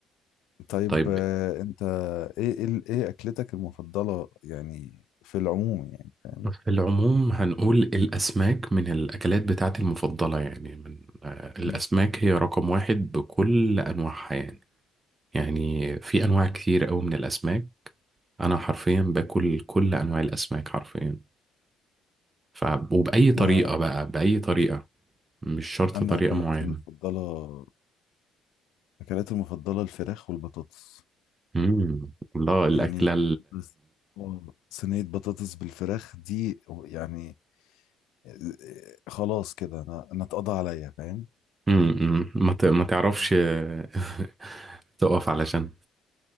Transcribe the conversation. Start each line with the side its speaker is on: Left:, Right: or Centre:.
Left: طيب
Right: طيب
Left: آه، انت ايه ايه ال- ايه اكلتك المفضله يعني في العموم يعني فاهم
Right: في العموم هنقول الأسماك من الأكلات بتاعتي المفضلة يعني من آه، الأسماك
Left: مم.
Right: هي رقم واحد بكل أنواعها يعني يعني في أنواع كتير أوي من الأسماك أنا حرفيا باكل كل أنواع الأسماك حرفيا ف... وبأي طريقة
Left: انا
Right: بقى بأي طريقة مش شرط
Left: انا
Right: طريقة
Left: اكلاتي
Right: معينة
Left: المفضله اكلاتي المفضله الفراخ والبطاطس
Right: مم. الله الأكلة
Left: يعني بس آه، صينيه بطاطس بالفراخ دي يعني آه، خلاص كده انا انا اتقضى عليا فاهم
Right: امم ما ت- ما تعرفش <laughs> تقف علشان